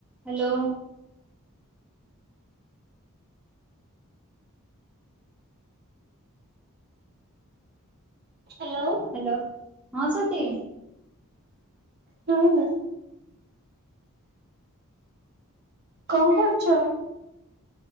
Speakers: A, in the centre; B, on the right.
A: ହ୍ୟାଲୋ
B: ହ୍ୟାଲୋ
A: ହ୍ୟାଲୋ ହଁ ସତି
B: ହୁଁ କଣ କରୁଛ?